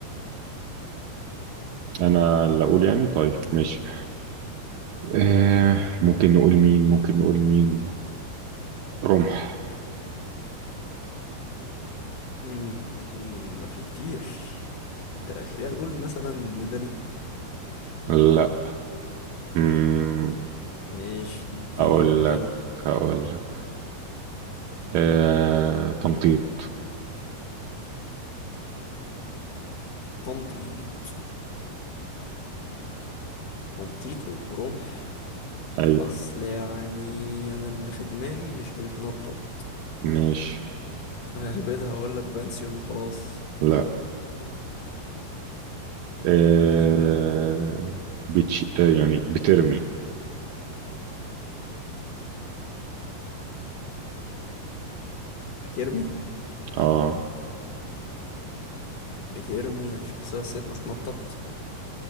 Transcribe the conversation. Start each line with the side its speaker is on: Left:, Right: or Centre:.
Right: انا اللي اقول يعني طيب ماشي آه ممكن نقول مين ممكن نقول مين رمح
Left: مم، مم، ده في كتير تا- خلينا نقول مثلا ندالي
Right: لا مم،
Left: مش اديني
Right: اقول
Left: حاجة تانية
Right: لك اقول لك آه تمطيط
Left: تنطيط تنطيط ورمح
Right: ايوه
Left: أصل يعني أنا اللي في دماغي مش بيتنطط
Right: ماشي
Left: ههبدها وأقولك بنسيون وخلاص
Right: لا آه
Left: أكيد لأ
Right: بتش... آه يعني بترمي
Left: بترمي
Right: اه
Left: بترمي يعني شخصية ست ما تنطط